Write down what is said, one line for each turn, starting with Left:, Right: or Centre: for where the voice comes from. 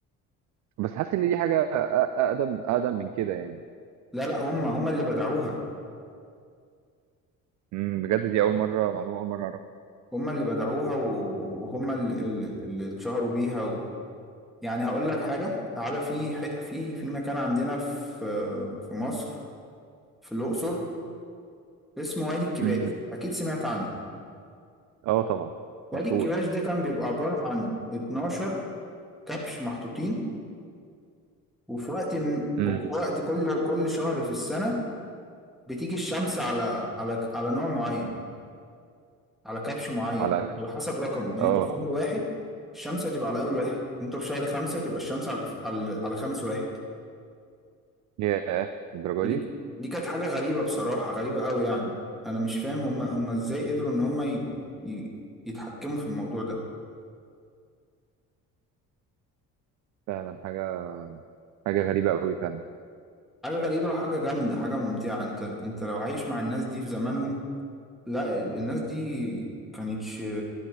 Right: بس حاسس ان دي حاجه أ- اقدم اقدم من كده يعني
Centre: لا لا هم هم اللي بدعوها
Right: امم بجد دي اول مره معلومه اول مره اعرفها
Centre: هم اللي بدعوها و- وهم اللي, اللي اللي اتشهروا بيها و... يعني هقول لك حاجة تعالى في ح- في في مكان عندنا في في مصر في الأقصر اسمه وادي الكباش
Right: امم
Centre: أكيد سمعت عنه
Right: اه طبعا
Centre: وادي
Right: مشهور
Centre: الكباش ده كان بيبقى عبارة عن 12 كبش محطوطين وفي وقت م...
Right: امم
Centre: وفي وقت كل كل شهر في السنة بتيجي الشمس على على على نوع معين على كبش معين
Right: على
Centre: على حسب رقم يعني
Right: اه
Centre: انت في شهر واحد الشمس هتبقى على اول واحد انت في شهر خمسة تبقى الشمس على على, على خامس واحد
Right: ياه للدرجه
Centre: ودي
Right: دي
Centre: دي كانت حاجة غريبة بصراحة غريبة قوي يعني انا مش فاهم هم هم ازاي قدروا ان هم ي... ي... يتحكموا في الموضوع ده
Right: فعلا حاجه حاجه غريبه قوي فعلا
Centre: حاجة غريبة وحاجة جامدة حاجة ممتعة انت انت لو عايش مع الناس دي في زمانهم لا ال- الناس دي كانتش